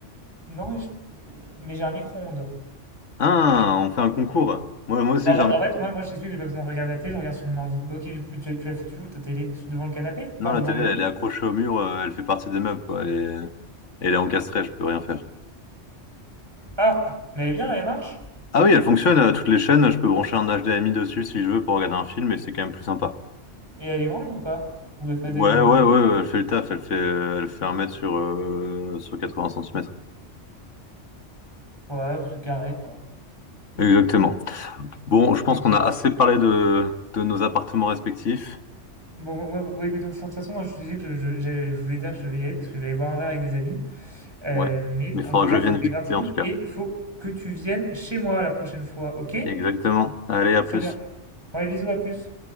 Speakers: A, on the right (about 20°); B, on the left (about 80°).
A: Non, mais je- mais j'ai un micro-ondes.
B: Ah, on fait un concours. Moi, moi aussi
A: Bah, en
B: j'ai
A: fait,
B: un
A: en fait,
B: micro.
A: moi, moi je t'explique, j'ai pas besoin de regarder la télé, je regarde sur mon ordi. Bah, ok, du coup, mais tu, l'as- tu l'as foutue où ta télé? Devant le canapé?
B: Non,
A: Enfin,
B: la
A: devant
B: télé,
A: le
B: elle
A: lit?
B: est accrochée au mur, euh, elle fait partie des meubles, quoi. Elle est, elle est encastrée, je peux rien faire.
A: Ah! Mais elle est bien, elle marche?
B: Ah oui, elle fonctionne, euh, toutes les chaînes, je peux brancher un HDMI dessus si je veux pour regarder un film, et c'est quand même plus sympa.
A: Et elle est grande ou pas? Ou elle fait la
B: Ouais,
A: taille d'un
B: ouais,
A: ordi?
B: ouais, ouais, elle fait le taf, elle fait, euh, elle fait un mètre sur, euh, sur 80 centimètres.
A: Ouais, c'est carré, quoi.
B: Exactement. Bon, je pense
A: Ok.
B: qu'on a assez parlé de, de nos appartements respectifs.
A: Bon, moi, moi- moi, de toute façon, moi, je te disais que je, je- j'allais- je voulais dire que je devais y aller parce que je vais aller boire un verre avec des amis. Euh,
B: Ouais,
A: mais
B: mais il
A: en
B: faudra
A: tout cas,
B: que je
A: c'était
B: vienne visiter
A: grave cool
B: en tout cas.
A: et faut que tu viennes chez moi la prochaine fois, ok?
B: Exactement. Allez, à
A: Très
B: plus.
A: bien. Bon, allez, bisous, à plus.